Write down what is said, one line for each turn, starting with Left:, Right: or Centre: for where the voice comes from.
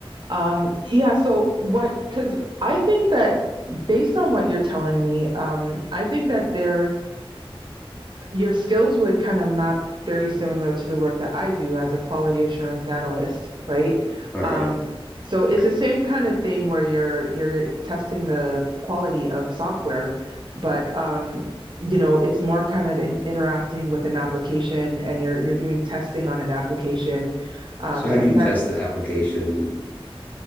Right: Um, yeah, so what, because I think that based on what you're telling me, um, I think that there your skills would kind of map very similar to the work that I do as a quality assurance analyst, right?
Left: All right.
Right: Um, so it's
Left: All right.
Right: the same kind of thing where you're you're testing the quality of software, but um, you know, it's more kind of in interacting with an application and you're you're doing testing on an application. Um,
Left: So how
Right: sometimes
Left: do you test the application?